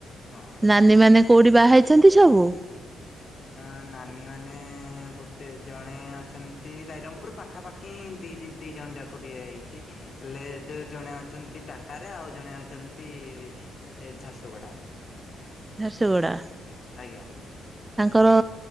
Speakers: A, on the left (about 45°); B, on the right (about 15°).
A: ହଁ
B: ନାନୀମାନେ କୋଉଠି ବାହା ହେଇଛନ୍ତି ସବୁ?
A: ଅଁ ନାନୀ ମାନେ ଗୋଟେ ଜଣେ ଅଛନ୍ତି ରାଇରଙ୍ଗପୁର ପା ପାଖାପାଖି ହିଁ ଦି ଦି ଦି ଜଣ ଯାକୁ ଦିଆହେଇଛି। ହେଲେ ଏ ଯୋଉ ଜଣେ ଅଛନ୍ତି ଟାଟାରେ ଆଉ ଜଣେ ଅଛନ୍ତି ଏ ଝାରସୁଗୁଡା।
B: ଝାରସୁଗୁଡା,
A: ଆଜ୍ଞା
B: ତାଙ୍କର